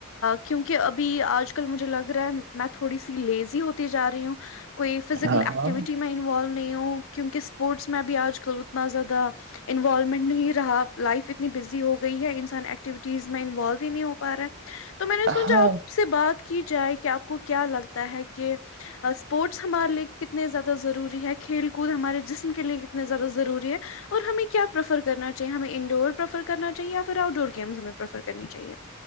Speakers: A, on the left; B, on the right.
A: کیونکہ ابھی آج کل مجھے لگ رہا ہے میں تھوڑی سی لیزی ہوتی جا رہی ہوں کوئی فزیکل
B: ہاں
A: ایکٹیویٹی
B: ہاں
A: میں انوالو نہیں ہوں کیونکہ اسپورٹس میں بھیھی آج کل اتنا زیادہ انوالومنٹ نہیں رہا لائف تنی بزی ہو گئی ہے انسان ایکٹیوٹیز میں انوالو ہی نہیں ہو پا رہا ہے تو میں نے سوچا
B: ہاں
A: آپ سے بات کی جائے کہ آپ کو کیا لگتا ہے کہ اسپورٹس ہمارے لیے کتنے زیادہ ضروری ہے کھیل کود ہمارے جسم کے لیے کتنے زیادہ ضروری ہے اور ہمیں کیا پریفر کرنا چاہیے ہمیں انڈور پرریفر کرنا چاہیے یا پھر آؤٹ ڈور گیمس ہمیں پریفر کرنی چاہیے